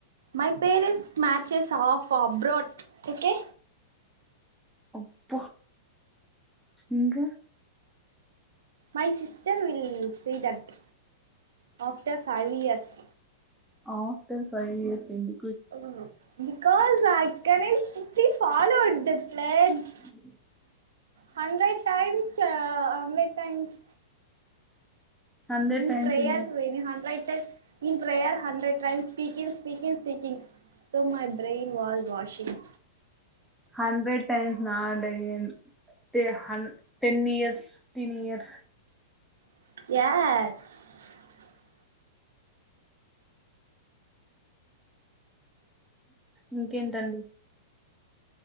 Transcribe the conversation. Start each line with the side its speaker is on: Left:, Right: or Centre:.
Right: my parents matches of abroad okay
Centre: అబ్బ ఇంక
Right: my sister will see that after five years
Centre: after five years ఎందు
Right: అవును because I can I strictly followed that pledge
Centre: <inaudible>
Right: hundred times ఆ hundred times
Centre: hundred
Right: in
Centre: times
Right: prayer very hundred in prayer hundred times speaking speaking speaking so my brain wall washing
Centre: hundred times నాడే ఏన్ టె హన్ ten years fifteen years
Right: yes
Centre: ఇంకేంటండి